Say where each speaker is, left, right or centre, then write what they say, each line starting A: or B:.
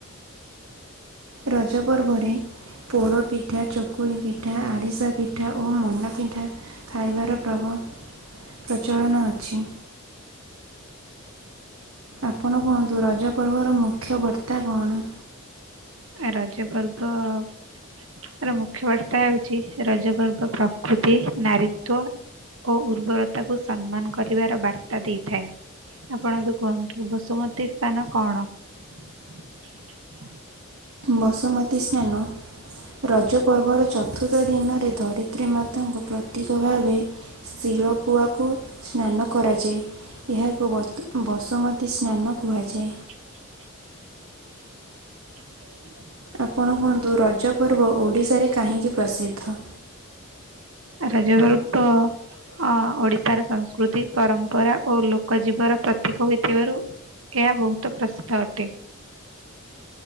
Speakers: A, on the right; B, on the right.
A: ରଜ ପର୍ବରେ। ପୋଡ଼ ପିଠା, ଚକୁଳି ପିଠା, ଆରିସା ପିଠା ଓ ମଣ୍ଡା ପିଠା ଖାଇବାର ପ୍ରଭାବ।
B: <inaudible>
A: ପ୍ରଚଳନ ଅଛି। ଆପଣ କୁହନ୍ତୁ ରଜ ପର୍ବର ମୁଖ୍ୟ ବର୍ତ୍ତା କଣ?
B: ରଜ ପର୍ବ। ରଜ ପର୍ବ ମୁଖ୍ୟ ବାର୍ତ୍ତା ହଉଚି, ରଜ ପର୍ବ ପ୍ରକୃତି, ନାରୀତ୍ଵ ଓ ଉର୍ବରତାକୁ ସମ୍ମାନ କରିବାର ବାର୍ତ୍ତା ଦେଇଥାଏ। ଆପଣତ କୁହନ୍ତୁ ବସୁମତୀ ସ୍ନାନ କଣ? <unintelligible>
A: ବସୁମତୀ ସ୍ନାନ ରଜ ପର୍ବର ଚତୁର୍ଥ ଦିନରେ ଧରିତ୍ରୀ ମାତାଙ୍କୁ ପ୍ରତୀକ ଭାବେ ଶିଳପୁଆକୁ ସ୍ନାନ କରେ କରାଯାଏ ଏହାକୁ ବସୁମତୀ ସ୍ନାନ କୁହାଯାଏ।
B: <inaudible> <unintelligible>
A: ଆପଣ କୁହନ୍ତୁ ରଜ ପର୍ବ ଓଡ଼ିଶାରେ କାହିଁକି ପ୍ରସିଦ୍ଧ?
B: ରଜ ପର୍ବ। ହଁ ଓଡିଶାର ସଂସ୍କୃତି, ପରମ୍ପରା ଓ ଲୋକ ଜୀବର ପ୍ରତୀକ ହୋଇଥିବାରୁ ଏହା ବହୁତ ପ୍ରସିଦ୍ଧ ଅଟେ।